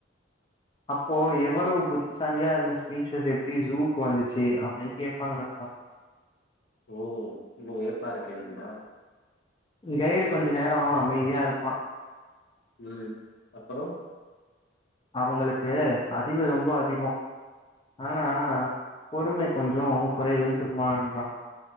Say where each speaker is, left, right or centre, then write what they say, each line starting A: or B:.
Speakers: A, on the left (about 25°); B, on the left (about 60°).
A: அப்போ எவ்வளவு புத்திசாலியா இருந்த ஸ்பீஷஸ் எப்படி ஜூக்கு வந்துச்சு அப்படின்னு கேட்பாங்க நண்பா
B: ஓ ஓ இல்பா இருக்கியா நண்பா
A: கைடு கொஞ்ச நேரம் அமைதியா இருப்பான்
B: உம் அப்புறம்
A: அவங்களுக்கு அறிவு ரொம்ப அதிகம் ஆனா பொறும கொஞ்சோ
B: ம்
A: குறைவுன்னு சொல் துள்ளாதான்